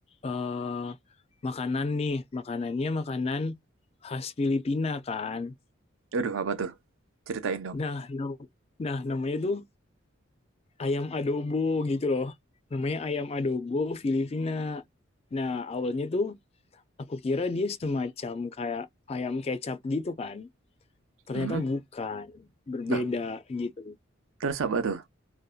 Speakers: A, on the left (about 30°); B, on the right (about 75°).
A: uh, makanan nih, makanannya makanan khas Filipina kan.
B: aduh apa tuh? Ceritain dong.
A: Nah, no, nah namanya tuh ayam adobo gitu loh. Namanya ayam adobo Filipina. Nah awalnya tuh aku kira dia semacam kayak ayam kecap gitu kan. ternyata
B: Hmm,
A: bukan berbeda
B: Duh.
A: gitu
B: terus apa tuh?